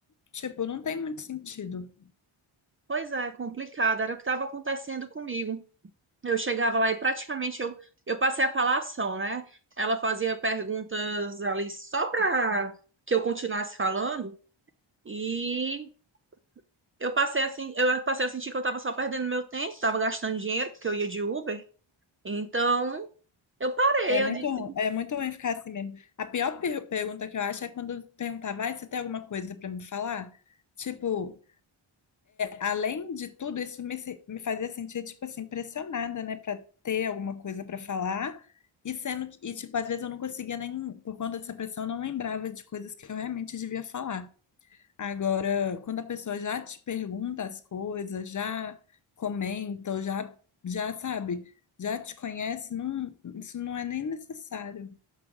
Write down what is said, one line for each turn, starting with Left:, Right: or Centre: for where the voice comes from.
Left: tipo, não tem muito sentido.
Right: Pois é, complicado. Era o que estava acontecendo comigo. Eu chegava lá e praticamente eu, eu passei a falar ação, né? Ela fazia perguntas ali só para que eu continuasse falando e eu passei a, sen- eu passei a sentir que eu estava só perdendo meu tempo, estava gastando dinheiro porque eu ia de Uber. Então, eu parei,
Left: É muito,
Right: eu disse,
Left: ru- é muito ruim ficar assim mesmo. A pior per- pergunta que eu acho é quando perguntava, ah, você tem alguma coisa pra me falar? Tipo, além de tudo, isso me, se- me fazia sentir, tipo assim, pressionada, né, Pra ter alguma coisa pra falar. E sendo que, e, tipo, às vezes eu não conseguia nem, por conta dessa pressão, eu não lembrava de coisas que eu realmente devia falar. Agora, quando a pessoa já te pergunta as coisas, já comenta, ou já, já sabe, já te conhece, não, isso não é nem necessário.